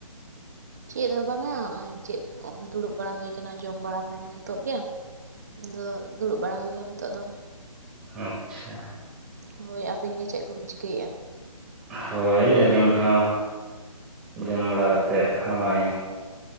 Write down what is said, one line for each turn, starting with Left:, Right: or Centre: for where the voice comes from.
Right: ᱪᱮᱫ ᱦᱚᱸ ᱵᱟᱝᱼᱟ ᱱᱚᱜ ᱚᱭ ᱪᱮᱫ ᱚᱸ ᱫᱩᱲᱩᱵ ᱵᱟᱲᱟ ᱦᱩᱭ ᱟᱠᱟᱱᱟ ᱡᱚᱢ ᱵᱟᱲᱟ ᱦᱩᱭᱱᱟ ᱱᱤᱛᱚᱜ ᱜᱮ ᱾ ᱟᱫᱚ ᱫᱩᱲᱩᱵ ᱵᱟᱲᱟ ᱦᱩᱭ ᱠᱟᱱᱟ ᱱᱤᱛᱚᱜ ᱫᱚ ᱾
Centre: ᱟᱪᱪᱷᱟ ᱾
Right: ᱦᱳᱭ ᱟᱹᱵᱤᱱ ᱜᱮ ᱪᱮᱫ ᱠᱚᱵᱤᱱ ᱪᱤᱠᱟᱹᱭᱮᱜᱼᱟ?
Centre: ᱦᱳᱭ ᱟᱹᱞᱤᱧ ᱦᱚᱸ ᱡᱚᱢ ᱵᱟᱲᱟ ᱠᱟᱛᱮᱫ ᱦᱚᱸᱭ